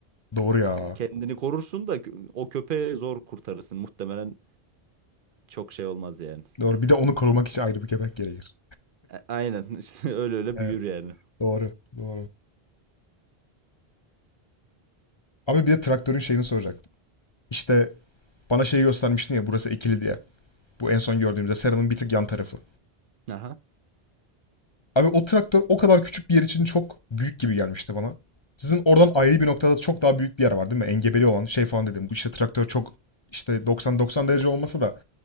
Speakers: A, on the left; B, on the right.
A: Doğru ya.
B: kendini korursun da kö- o köpeği zor kurtarırsın. Muhtemelen çok şey olmaz yani.
A: Doğru. Bir de onu korumak için ayrı bir köpek gerekir.
B: A- aynen <laughs> işte öyle öyle
A: Evet.
B: büyür yani.
A: Doğru. Doğru. Abi bir de traktörün şeyini soracaktım. İşte bana şeyi göstermiştin ya burası ekili diye. Bu en son gördüğümüzde Sera'nın bir tık yan tarafı.
B: Aha.
A: Abi o traktör o kadar küçük bir yer için çok büyük gibi gelmişti bana. Sizin oradan ayrı bir noktada çok daha büyük bir yer var değil mi? Engebeli olan şey falan dedim. Bu işte traktör çok işte 90-90 derece olmasa da